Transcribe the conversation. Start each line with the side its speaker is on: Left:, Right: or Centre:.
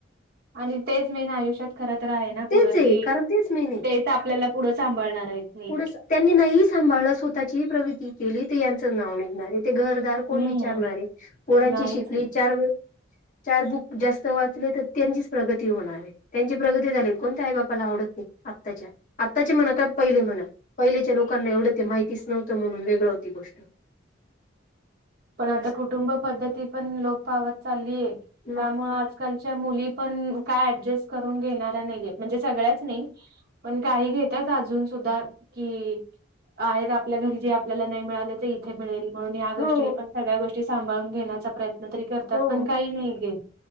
Right: आणि तेच मेन आयुष्यात. खर तर आहे ना
Left: तेच
Right: पुढं
Left: आहे
Right: की
Left: कारण तेच मेन आहे
Right: तेच आपल्याला पुढं सांभाळणार आहेत नीट.
Left: पुढे त्यांनी नाही सांभाळलं स्वतःची प्रगृती केली ते यांचं नाव निघणार आहे ते घर. त्याला कोण
Right: हम्म
Left: विचारणार आहे पोरांची
Right: नाहीच
Left: शिकली
Right: की
Left: चार चार बुक जास्त वाढ. तर त्यांचीच प्रगती होणार आहे त्यांची प्रगती झाली कोणत्या आई बापाला आवडत नाही आत्ताच्या. आत्ताचे म्हणा काय पहिले म्हणा पहिलेच्या लोकांना एवढं ते माहितीच नव्हतं म्हणून वेगळं होती गोष्ट. <inaudible>
Right: पण आता
Left: असं
Right: कुटुंब पद्धती पण लोप पावत चाललीय
Left: मग
Right: त्यामुळे. आलच्या मुली पण काय ऍडजस्ट करून घेणार नाहीये म्हणजे सगळ्याच नाही. पण काही घेतात अजून सुद्धा कि आहेत आपल्या घरी जे आपल्याला नाही मिळालं ते इथे मिळेल. म्हणून ह्या गोष्टी
Left: हो
Right: पण सगळ्या गोष्टी सांभाळून घेण्याचा प्रयत्न तरी करतात
Left: हो
Right: पण काही नाही घेतं.